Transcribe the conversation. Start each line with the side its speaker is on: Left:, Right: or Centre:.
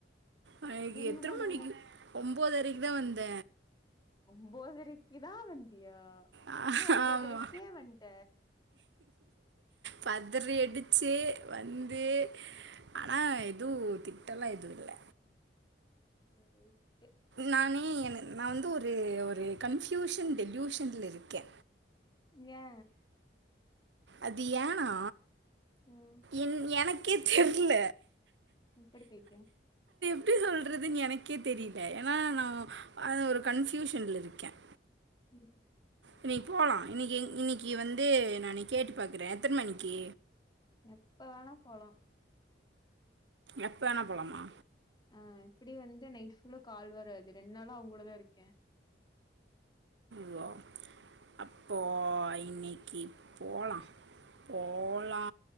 Right: அ
Left: எங்க
Right: எத்தன்
Left: போன
Right: மணிக்கு ஒம்போதரை ங்தா வந்த
Left: ஒம்போதரைக்கி தா வந்தியா
Right: அ
Left: இன்னு ஒம்போதரைக்கே
Right: ஆமா
Left: வந்ட்ட
Right: பத் தரி அடிச்சு வந்து ஆனா எதுவு திட்டலா எதுவு இல்ல
Left: ஏ ரைட்டு
Right: நானே என நா வந்து ஒரு ஒரு கன்ஃபியூஷன் டெல்யூஷன்ல இருக்கே
Left: ஏ
Right: அது ஏனா
Left: ம்
Right: என் எனக் கே தெர்ல
Left: உப்பு எடு பைத்தியம்
Right: எப்பிடி சொல்றது எனக்கே தெரியல ஏனா நான் நாஒரு கன்ஃபூசன்ல இருக்கேன்
Left: உம் <inaudible>
Right: இன்னைக்கு போலாம் இன்னைக்கு இன்னைக்கு வந்து நான் கேட்டு பாக்குறேன் எத்தனை மணிக்கு
Left: எப்ப வேணா போலாம்
Right: எப்ப வேணா போலாமா
Left: அ இப்புடி வந்து நைட் புுல்ல கால் வராது ரெண் நாளா அவ்கூடதா இருக்கே
Right: வ அப்போ இன்னக்கி போலா போலா